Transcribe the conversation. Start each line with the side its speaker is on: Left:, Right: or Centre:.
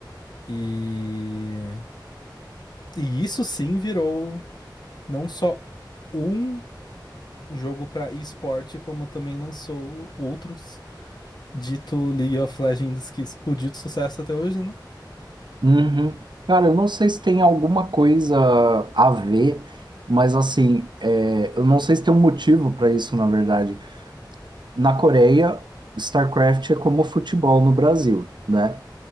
Left: E... e isso sim virou não só um jogo para esporte, como também lançou outros, dito League of Legends, que explodiu de sucesso até hoje, né?
Right: Uhum. Cara, eu não sei se tem alguma coisa a ver, mas assim, é, eu não sei se tem um motivo para isso, na verdade. Na Coreia, StarCraft é como futebol no Brasil, né?